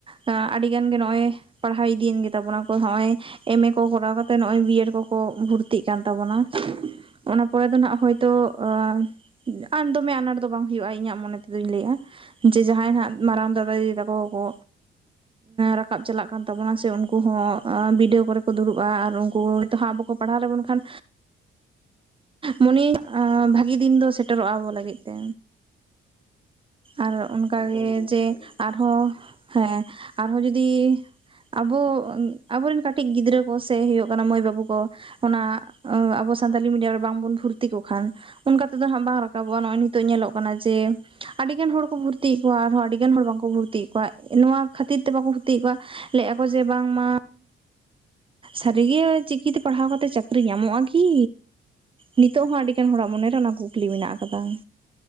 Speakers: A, on the right (about 25°); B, on the left (about 45°).
A: ᱟᱹᱰᱤ ᱜᱟᱱᱜᱮ ᱱᱚᱜᱼᱚᱭ ᱯᱟᱲᱦᱟᱣ ᱤᱫᱤᱭᱮᱱ ᱜᱮᱛᱟᱵᱚᱱᱟ ᱠᱚ ᱱᱚᱜᱼᱚᱭ ᱮᱢᱮ ᱠᱚ ᱠᱚᱨᱟᱣ ᱠᱟᱛᱮ ᱱᱚᱜᱼᱚᱭᱼᱼ ᱵᱤᱭᱮᱹᱰ ᱠᱚᱠᱚ ᱵᱷᱩᱨᱛᱤᱜ ᱠᱟᱱ ᱛᱟᱵᱚᱱᱟ ᱚᱱᱟ ᱯᱚᱨᱮ ᱫᱚ ᱱᱟᱦᱟᱜ ᱦᱳᱭ ᱛᱚ ᱟ ᱟᱨ ᱫᱚᱢᱮ ᱟᱱᱟᱴ ᱫᱚ ᱵᱟᱝ ᱦᱩᱭᱩᱜᱼᱟ ᱤᱧᱟᱹᱜ ᱢᱚᱱᱮ ᱛᱮᱫᱩᱧ ᱞᱟᱹᱭᱮᱜᱼᱟ ᱾ ᱡᱮ ᱡᱟᱦᱟᱸᱭ ᱦᱟᱸᱜ ᱢᱟᱨᱟᱝ ᱫᱟᱫᱟ ᱫᱤᱫᱤ ᱛᱟᱠᱚ ᱠᱚ ᱨᱟᱠᱟᱵ ᱪᱟᱞᱟᱜ ᱠᱟᱱ ᱛᱟᱵᱚᱱᱟ ᱥᱮ ᱩᱱᱠᱩ ᱦᱚᱸ ᱵᱤᱰᱟᱹᱣ ᱠᱚᱨᱮ ᱠᱚ ᱫᱩᱲᱩᱵ ᱟ ᱟᱨ ᱩᱱ ᱠᱩ ᱛᱚ ᱦᱟᱸᱜ ᱵᱟᱠᱚ ᱯᱟᱲᱦᱟᱣ ᱞᱮᱵᱚᱱ ᱠᱷᱟᱱ ᱢᱚᱱᱮᱭ ᱤᱧ ᱵᱷᱟᱹᱜᱤ ᱫᱤᱱ ᱫᱚ ᱥᱮᱴᱮᱨᱚᱜᱼᱟ ᱟᱵᱚ ᱞᱟᱹᱜᱤᱫ ᱛᱮ, ᱟᱨ ᱚᱱᱠᱟ
B: ᱮᱠᱫᱚᱢ
A: ᱜᱮ
B: ᱱᱟᱯᱟᱭ
A: ᱡᱮ
B: ᱠᱟᱛᱷᱟ᱾
A: ᱟᱨ ᱦᱚᱸ ᱦᱮᱸ ᱟᱨᱦᱚᱸ ᱡᱩᱫᱤ ᱟᱵᱚ ᱟᱵᱚᱨᱮᱱ ᱠᱟᱹᱴᱤᱡ ᱜᱤᱫᱽᱨᱟᱹ ᱠᱚ ᱥᱮ ᱦᱩᱭᱩᱜ ᱠᱟᱱᱟ ᱢᱟᱹᱭ ᱵᱟᱹᱵᱩ ᱠᱚ ᱚᱱᱟ ᱟᱵᱚ ᱥᱟᱱᱛᱟᱞᱤ ᱢᱤᱰᱤᱭᱟᱢ ᱨᱮ ᱵᱟᱝᱵᱚᱱ ᱵᱷᱩᱨᱛᱤ ᱠᱚᱜ ᱠᱷᱟᱱ ᱚᱱᱠᱟ ᱛᱮᱫᱚ ᱦᱟᱸᱜ ᱵᱟᱝ ᱨᱟᱠᱟᱵᱚᱜᱼᱟ ᱱᱚᱜᱼᱚᱭ ᱱᱤᱛᱚᱜ ᱧᱮᱞᱚᱜ ᱠᱟᱱᱟ ᱡᱮ ᱟᱹᱰᱤ ᱜᱟᱱ ᱦᱚᱲ ᱠᱚ ᱵᱷᱩᱨᱛᱤᱮᱫ ᱠᱚᱣᱟ ᱟᱨᱦᱚᱸ ᱟᱹᱰᱤ ᱜᱟᱱ ᱦᱚᱲ ᱵᱟᱝᱠᱚ ᱵᱷᱚᱨᱛᱤ -ᱼ ᱛᱤᱮᱫ ᱠᱚᱣᱟ ᱱᱚᱣᱟ ᱠᱷᱟᱹᱛᱤᱨ ᱛᱮ ᱵᱟᱠᱚ ᱵᱷᱩᱨᱛᱤᱭᱮᱫ ᱠᱚᱣᱟ ᱞᱟᱹᱭᱮᱜᱼᱟ ᱠᱚ ᱡᱮ ᱵᱟᱝᱢᱟ, ᱥᱟᱹᱨᱤᱜᱮ ᱪᱤᱠᱤᱛᱮ ᱯᱟᱲᱦᱟᱣ ᱠᱟᱛᱮ ᱪᱟᱹᱠᱨᱤ ᱧᱟᱢᱚᱜᱼᱟ ᱠᱤ? ᱱᱤᱛᱚᱜ ᱦᱚᱸ ᱟᱹᱰᱤ ᱜᱟᱱ ᱦᱚᱲᱟᱜ ᱢᱚᱱᱮᱨᱮ ᱚᱱᱟ ᱠᱩᱠᱞᱤ ᱢᱮᱱᱟᱜ ᱟᱠᱟᱫᱟ ᱾